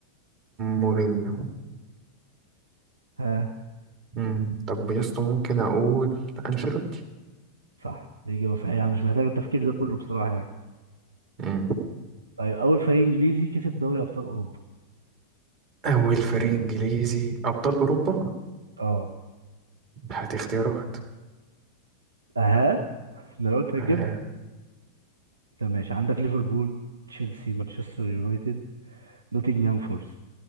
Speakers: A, on the right; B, on the right.
A: مورينيو
B: ها
A: م. طب يا اسطى ممكن أقول أنشيلوتي
B: صح دي إجابة صحيحة يعني مش محتاج التفكير ده كله بصراحة يعني
A: م.
B: طيب أول فريق إنجليزي كسب دوري أبطال أوروبا
A: أول فريق إنجليزي أبطال أوروبا
B: أه
A: هات اختيارات
B: أها ده أنا قلت هتجيبها
A: آه.
B: طب ماشي عندك ليفربول تشيلسي مانشستر يونايتد نوتنجهام فورست